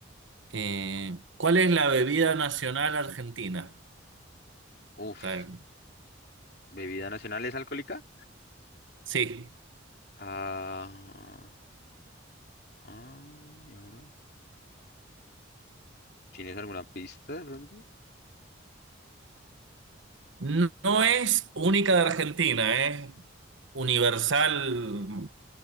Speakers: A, on the right; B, on the left.
A: eh, ¿cuál es la bebida nacional argentina?
B: Uf.
A: Está bien.
B: ¿Bebida nacional es alcohólica?
A: Sí,
B: Ah. Ah, ¿y ahora? ¿Tienes alguna pista de pronto?
A: no, no es única de Argentina, es universal